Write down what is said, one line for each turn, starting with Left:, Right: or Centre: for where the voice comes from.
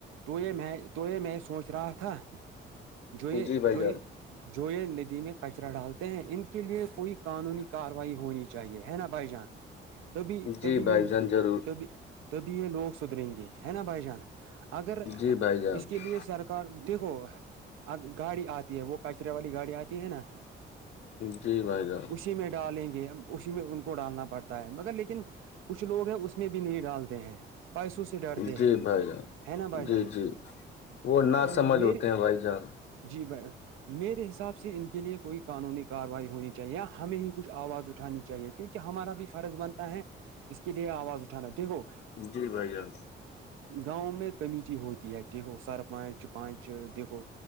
Right: تو یہ میں تو یہ میں یہ سوچ رہا تھا جو یہ
Left: جی بھائی
Right: جو
Left: جان
Right: جو یہ ندی میں کچرا ڈالتے ہیں ان کے لیے کوئی قانونی کاار وائی ہونی چاہیے ہے نا بھائی جان تبھی تبھی
Left: جی بھائی
Right: یہ
Left: جان ضرور
Right: تبھی تو بھی یہ لوگ سدریں گے ہے نا بھائی جان اگر
Left: جی بھائی جان
Right: اس کے لیے سرک دیکھو ا گاڑی آتی ہے وہ پچرے والی گاڑی آتی ہے نا
Left: جی بھائی جان
Right: اسی میں ڈالیں گے اسی میں ان کو ڈالنا پڑتا ہے مگر لیکن کچھ لوگ ہیں اس میں بھی نہیں ڈالتے ہیں پائسوسی ڈرتے
Left: جی
Right: ہیں
Left: بھائی جان
Right: ہے نا بھائی
Left: جی
Right: جان
Left: جی وہ
Right: تو
Left: نہ سمجھ
Right: میرے
Left: ہوتے ہیں بھائی جان
Right: جی ب میرے حساب سے ان کے لیے کوئی قانونی کاروائی ہونی چاہیے ہمیں ہی کچ آواز اٹھانی چاہیے کیونکہ ہمارا بھی فرض بنتا ہے اس کے لیے آواز اٹھ ن ٹھیک ہو
Left: جی بھائی جان
Right: گاؤں میں کمیٹی ہوتی ہے ٹیکو سرپنچ پانچ دیکھو